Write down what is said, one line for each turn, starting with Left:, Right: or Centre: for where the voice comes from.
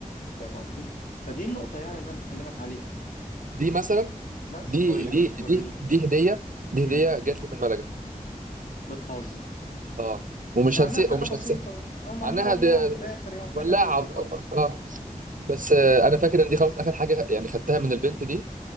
Left: فاهم قصدي فدي النقطه يعني اللي انا بكلمك عليها
Right: دي مثلا
Left: بس
Right: دي
Left: قول لي
Right: دي
Left: ور... وريني
Right: دي دي هديه دي
Left: امم
Right: هديه جات لي من ملجا
Left: بتهزر
Right: اه ومش
Left: مع
Right: هنسى
Left: انها حاجه
Right: ومش
Left: بسيطه
Right: هنسى
Left: يعني اه مع
Right: مع
Left: انها
Right: انها
Left: ولاعه
Right: ده-
Left: في الاخر يعني حاجه
Right: ولاعه
Left: هايفه خالص
Right: اه
Left: مم.
Right: بس آه،
Left: مم.
Right: انا فاكر ان دي خلاص اخر حاجه يعني خدتها من البنت دي